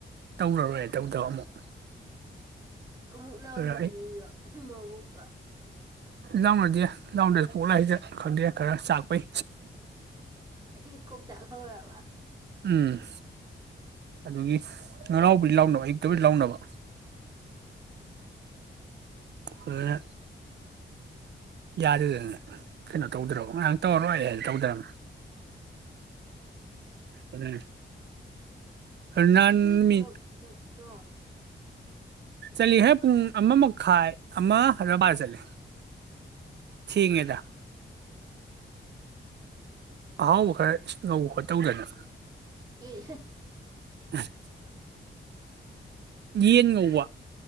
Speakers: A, on the right; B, on the right.
A: ꯇꯧꯔꯔꯣꯏ ꯇꯧꯗꯕ ꯑꯃꯨꯛ
B: ꯑꯃꯨꯛ ꯂꯥꯎꯅꯔꯤꯔꯣ
A: ꯑꯗꯨꯅ ꯑꯩ
B: ꯃꯕꯨ ꯀꯥ
A: ꯂꯥꯎꯅꯗꯦ ꯂꯥꯎꯅꯗ꯭ꯔꯁꯨ ꯄꯣꯛꯂ ꯍꯁ ꯈꯪꯗꯦ ꯈꯔ ꯆꯥꯛꯄꯩ
B: ꯍ ꯀꯣꯛ ꯆꯥꯛ ꯍꯧꯔꯕ
A: ꯎꯝ ꯑꯗꯨꯒꯤ <unintelligible> ꯂꯥꯎꯅꯕ ꯑꯩꯅꯥ ꯇꯨꯃꯤꯟ ꯂꯥꯎꯅꯕ
B: ꯎꯝ
A: ꯑꯗꯨꯅ ꯌꯥꯗꯗꯅ ꯀꯩꯅꯣ ꯇꯧꯗ꯭ꯔꯣ ꯉꯔꯍꯥꯡ ꯇꯧꯔꯔꯣꯏ ꯑꯩ ꯍꯥꯏꯅ ꯇꯧꯗ꯭ꯔꯅꯤ ꯎꯝ ꯀꯃꯤ
B: ꯉꯁꯤꯗꯤ ꯊꯕꯛ ꯆꯠꯇ꯭ꯔꯣ
A: ꯆꯠꯂꯤꯍꯦ ꯄꯨꯡ ꯑꯃ ꯃꯈꯥꯏ ꯑꯃ ꯔꯕꯥꯔ ꯆꯠꯂ ꯊꯦꯡꯉꯦꯗ ꯑꯍꯥꯎꯕ ꯈꯔ ꯇꯧ ꯈꯣꯠꯇꯧꯗꯅ
B: ꯑꯦ
A: ꯑꯥ ꯌꯦꯅꯤꯡ ꯉꯧꯕꯥ